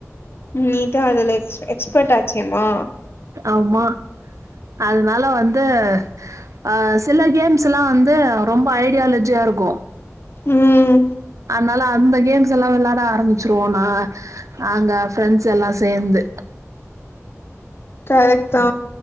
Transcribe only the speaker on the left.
நீதா அதுல எக்ஸ் எக்ஸ்பர்ட் ஆச்சேம்மா
ம்
கரெக்ட்தா